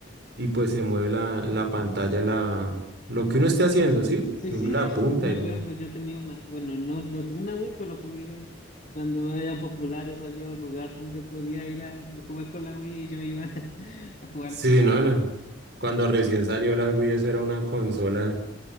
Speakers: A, on the right; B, on the left.
A: y pues se mueve la, la pantalla, la, lo que uno esté haciendo, ¿sí?
B: Sí,
A: Que Uno
B: sí,
A: la
B: yo
A: apunta
B: sí me
A: y lo
B: acuerdo.
A: mueve.
B: Yo tenía una, bueno, no, no tuve una Wii, pero lo jugué cuando eran populares. Había un lugar donde podía ir a jugar con la Wii y yo iba <laughs> a jugar
A: Sí,
B: con la.
A: no, no. Cuando recién salió la Wii, eso era una consola